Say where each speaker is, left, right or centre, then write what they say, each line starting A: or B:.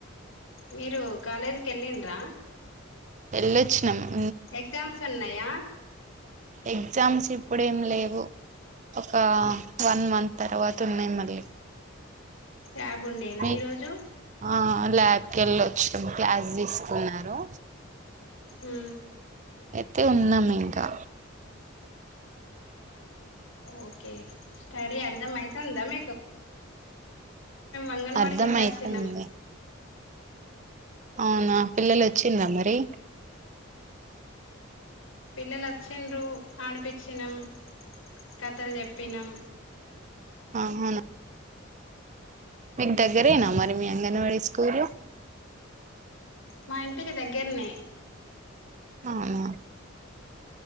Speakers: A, on the left; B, on the right.
A: మీరు కాలేజీకి వెళ్ళండ్రా
B: వెళ్ళొచ్చినము
A: ఎగ్జామ్స్ ఉన్నాయా
B: ఎగ్జామ్స్ ఇప్పుడేం లేవు ఒక వన్ మంత్ తర్వాత ఉన్నాయి మళ్ళీ
A: క్యాబ్ ఉండేనా
B: మీ
A: ఈరోజు
B: ఆ ల్యాబ్కి వెళ్ళ వచ్చు క్లాస్ తీసుకున్నారు
A: హ
B: అయితే ఉన్నాం ఇంకా
A: ఓకే స్టాడ అర్ధ మైస అందా మ అంగన్వాడికి
B: అర్థం
A: ఎంద
B: అయితుంది
A: చిహ్నం
B: అవునా పిలల వచ్చిందా మరి
A: పిల్లలు వచ్చిండ్రు ఆడిపిచ్చినాం కథలు చెప్పినాం
B: ఆ అవునా మీకు దగ్గరేనా మరి మీ అంగన్వాడీ స్కూలు
A: మా ఇంటికి దగ్గరనే
B: అవునా